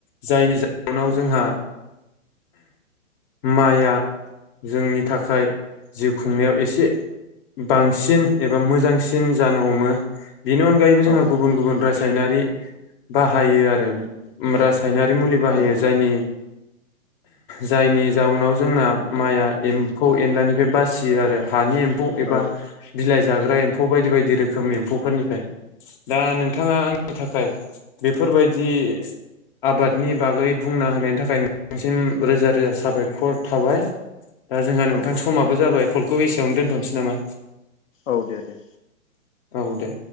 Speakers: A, on the left; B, on the left.
A: जायनि जाहनाव
B: औ
A: जोंहा माइआ जोंनि थाखाय जिउ खुंनायाव एसे बांसिन एबा मोजांसिन जानो हमो बेनि अनगायैबो जोंहा
B: औ
A: गुबुन गुबुन रासायनारि बाहायो आरो रासायनारि मुलि बाहायो
B: औ
A: जायनि जायनि जाउनाव जोंना माइया एम्फौ एनलानिफ्राय बासियो आरो हानि ए एमफौ एबा
B: औ
A: बिलाइ जाग्रा एम्फौ बायदि बायदि रोखोम एम्फौफोरनिफ्राय दा नोंथाङा आंनि थाखाय बेफोरबायदि आबादनि बागै बुंना होनायनि थाखाय नोंथांसिम रोजा रोजा साबायखर थाबाय। दा जोंहा नोंथां
B: औ औ
A: समाबो जाबाय कलखौ एसेयावनो दोनथ'नोसै। नामा
B: औ दे दे
A: औ दे